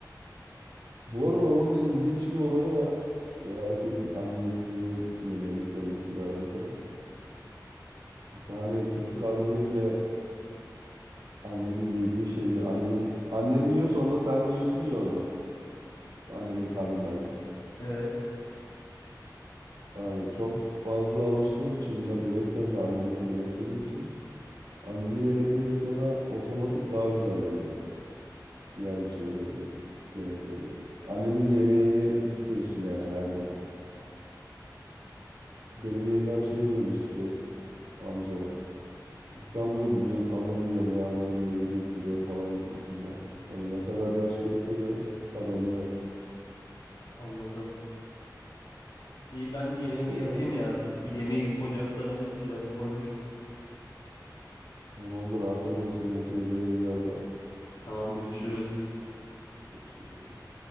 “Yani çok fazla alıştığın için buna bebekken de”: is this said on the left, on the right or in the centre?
Right